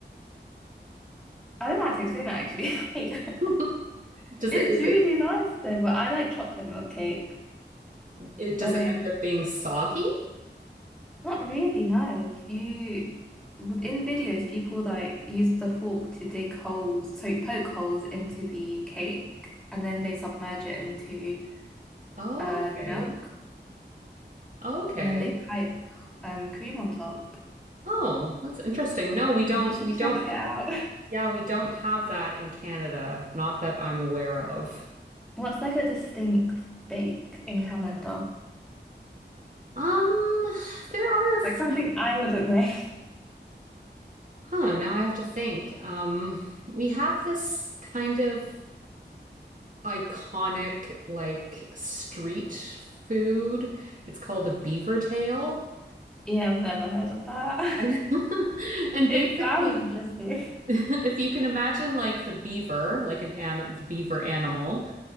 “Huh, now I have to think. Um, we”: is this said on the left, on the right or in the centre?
Right